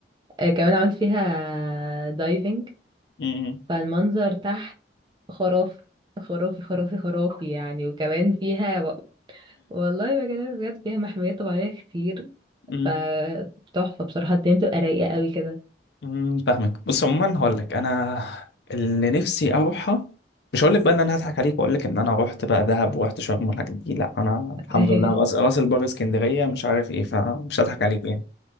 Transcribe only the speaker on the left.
أمم،
أمم.
مم، فاهمك بص عموما هقول لك انا اللي نفسي اروحها مش هقول لك بقى ان انا هضحك عليك واقول لك ان انا رحت بقى دهب ورحت شرم والحاجات دي لا انا
الحمد لله راس راس البر اسكندريه مش عارف ايه فمش هضحك عليك يعني